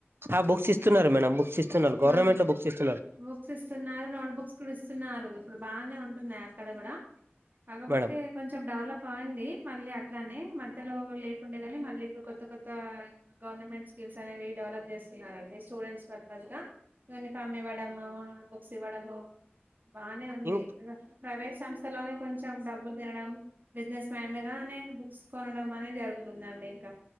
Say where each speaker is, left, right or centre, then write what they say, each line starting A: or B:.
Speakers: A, on the right; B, on the right.
A: ఆ బుక్స్ ఇస్తున్నారు మేడం బుక్స్ ఇస్తున్నారు
B: ఆ,
A: గవర్నమెంట్ లో బుక్స్ ఇస్
B: బుక్స్ ఇస్తున్నారు నోట్ బుక్స్ కూడా ఇస్తున్నారు ఇప్పుడు బానే ఉంటున్నాయి అక్కడ కూడా కాకపోతే
A: మేడం
B: కొంచెం డెవలప్ పోయింది మళ్ళీ అట్లానే మధ్యలో లేకుండే గాని మళ్ళీ ఇప్పుడు కొత్త కొత్త గవర్నమెంట్ స్కిల్స్ అనేవి డెవలప్ చేస్తున్నారండి స్టూడెంట్స్ వర్ యూనిఫామ్ ఇవ్వడము నోట్బుక్స్ ఇవ్వడము బానే ఉంది
A: ఇం
B: ప్రైవేట్ సంస్థలోనే కొంచెం డబ్ బ్బులు తినడం బిజినెస్ మైండ్ గానే బుక్స్ కొనడం అనే జరుగుతుందండి ఇంకా